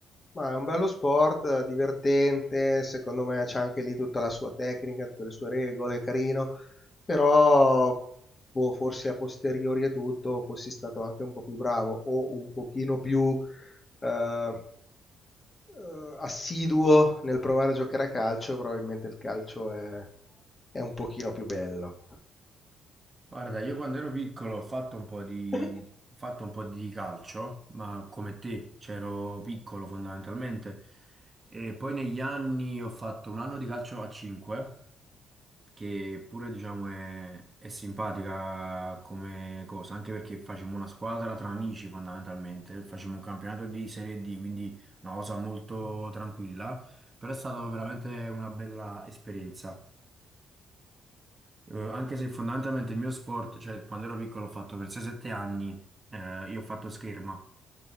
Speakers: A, on the left; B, on the right.
A: Ma è un bello sport, eh, divertente, secondo me c'è anche lì tutta la sua tecnica, tutte le sue regole, carino, però boh, forse a posteriori e tutto fossi stato anche un po' più bravo o un pochino più eh, eh, assiduo nel provare a giocare a calcio, probabilmente il calcio è, è un pochino più bello.
B: Guarda, io quando ero piccolo ho fatto un po' di,
A: <laughs>
B: ho fatto un po' di calcio, ma come te, c'ero piccolo fondamentalmente. E poi negli anni ho fatto un anno di calcio a 5, che pure diciamo è, è simpatica come cosa, anche perché facevamo una squadra tra amici fondamentalmente, facevamo un campionato di Serie D, quindi una cosa molto tranquilla, però è stata veramente una bella esperienza. Eh, anche se fondamentalmente il mio sport, cioè quando ero piccolo ho fatto per 6-7 anni, eh, io ho fatto scherma,